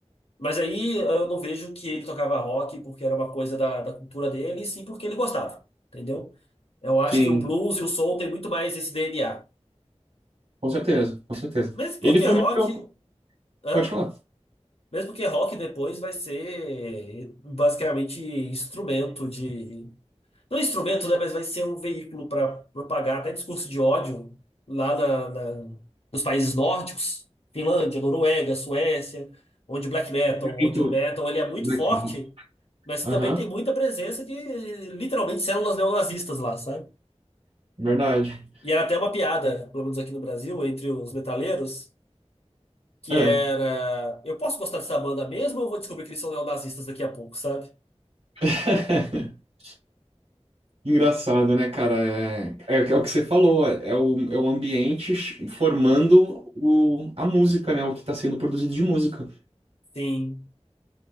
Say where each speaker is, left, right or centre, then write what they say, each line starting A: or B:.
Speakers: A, on the left (about 60°); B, on the right (about 60°).
A: Mas aí eh, eu não vejo que ele tocava rock porque era uma coisa da, da cultura dele, e sim porque ele gostava, entendeu? Eu acho
B: Sim,
A: que o blues e o soul tem muito mais esse DNA.
B: com certeza, com certeza.
A: Mesmo
B: Ele
A: porque
B: foi
A: rock,
B: meio que o-
A: hã?
B: Pode falar.
A: Mesmo porque rock depois vai ser basicamente instrumento de, Não é instrumento, né? Mas vai ser um veículo para propagar até discurso de ódio lá na, na- nos países nórdicos, Finlândia, Noruega, Suécia, onde o black metal,
B: Muito
A: onde o metal ele é muito
B: daqui.
A: forte, mas
B: Aham,
A: também tem muita presença de literalmente células neonazistas lá, sabe?
B: verdade.
A: E era até uma piada, pelo menos aqui no Brasil, entre os metaleiros, que
B: É.
A: era: eu posso gostar dessa banda mesmo ou eu vou descobrir que eles são neonazistas daqui a pouco, sabe?
B: <laughs> Engraçado, né, cara? É, é, é o que você falou, é o, é o ambiente ch- formando o, a música, né? O que está sendo produzido de música.
A: Sim.